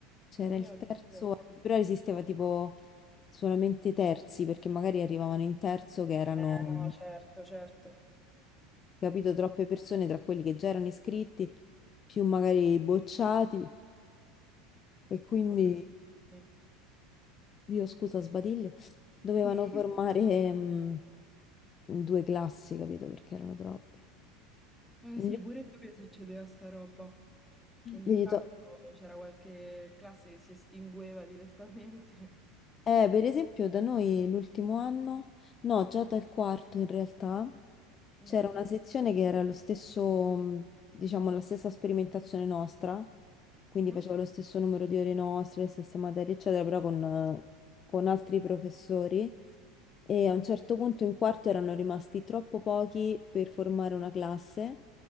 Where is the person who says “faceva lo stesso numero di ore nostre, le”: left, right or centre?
Left